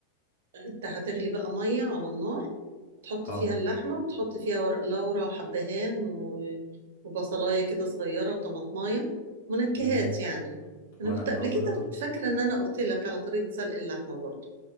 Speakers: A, on the right (about 70°); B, on the left (about 70°).
A: انت هتغلي بقى مية على النار تحط
B: اه
A: فيها اللحمة وتحط فيها ورق لورا وحبهان و- وبصلاية كده صغيرة وطماطماية منكهات
B: امم
A: يعني انا
B: ورق
A: كنت قبل
B: لورا
A: كده فاكرة ان انا قلت لك على طريقة سلق اللحمة برضو